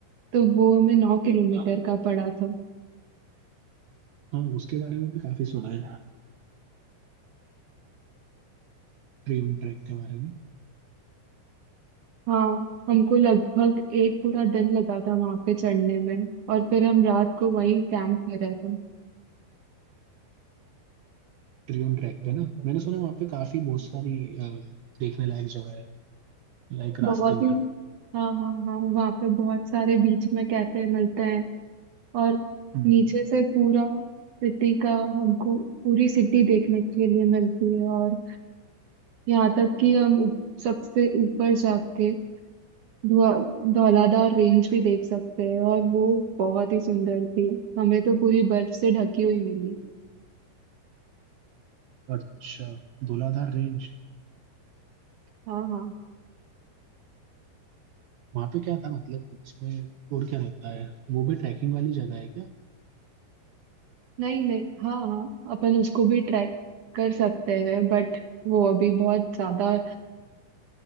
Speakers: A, on the right; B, on the right.
A: तो वो हमें नौ किलोमीटर का पड़ा था
B: हाँ उसके बारे में भी काफी सुना है ट्रियोन ट्रैक के बारे में
A: हाँ हमको लगभग एक पूरा दिन लगा था वहां पे चढ़ने में और फिर हम रात को वहीं कैंप करा था
B: ट्रियोन ट्रैक पे ना मैंने सुना है वहाँ पे काफी बहुत सारी अ, देखने लायक जगह है लाइक
A: बहुत
B: रास्ते
A: ही
B: में
A: हाँ हाँ हाँ वहाँ पे बहुत सारे बीच में कैफे मिलते हैं और
B: हम्म,
A: नीचे से पूरा सिटी का हमको पूरी सिटी देखने के लिए मिलती है और यहाँ तक कि हम ऊ- सबसे ऊपर जाके धुआं- धौलाधार रेंज भी देख सकते हैं और वो बहुत ही सुंदर थी हमें तो पूरी बर्फ से ढकी हुई मिली
B: अच्छा धौलाधार रेंज
A: हाँ हाँ
B: वहाँ पे क्या था मतलब उसमें और क्या रहता है वो भी ट्रैकिंग वाली जगह है क्या
A: नहीं नहीं हाँ हाँ अपन उसको भी ट्रैक कर सकते हैं बट वो अभी बहुत ज्यादा